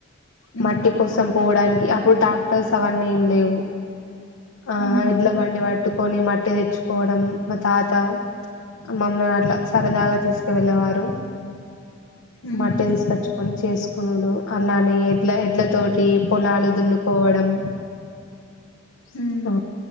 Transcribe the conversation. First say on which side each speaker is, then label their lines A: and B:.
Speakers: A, on the left; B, on the left.
A: ఉమ్
B: మట్టి కోసం పోవడానికి అప్పుడు ట్రాక్టర్స్ అవన్నీ ఏం లేవు ఆ
A: ఉమ్
B: ఎడ్ల బండి పట్టుకొని మట్టి తెచ్చుకోవడం మా తాత మమ్మల్ని అట్లా సరదాగా తీసుకు వెళ్ళేవారు
A: ఉమ్
B: మట్టి తీసుకచ్చుకొని చేసుకున్నాడు అలా అనే ఎట్లా ఎడ్ల తోటి పొలాలు దున్నుకోవడం
A: ఉమ్
B: ఆ